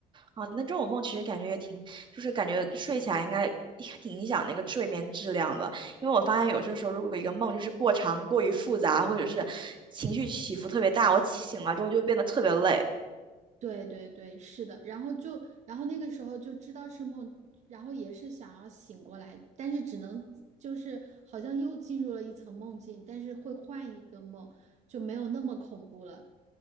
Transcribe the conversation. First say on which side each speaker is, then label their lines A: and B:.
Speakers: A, on the right; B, on the right.
A: 啊，那这种梦其实感觉也挺，就是感觉睡起来应该也挺影响那个睡眠质量的。因为我发现有些时候，如果一个梦就是过长、过于复杂，或者是情绪起伏特别大，我起醒了之后就变得特别累。
B: 对对对，是的，然后就，然后那个时候就知道是梦，然后也是想要醒过来，但是只能就是好像又进入了一层梦境，但是会换一个梦，就没有那么恐怖了。